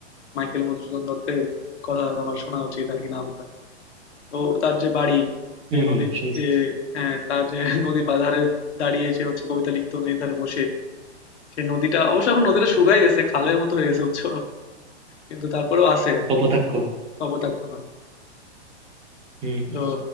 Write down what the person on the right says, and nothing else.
হম
হম শুনছি
কপোতাক্ষ
হম হম